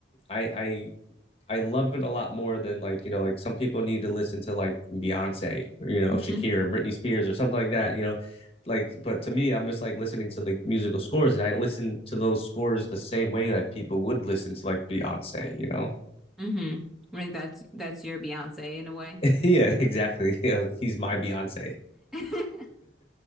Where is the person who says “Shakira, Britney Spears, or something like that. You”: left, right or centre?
Left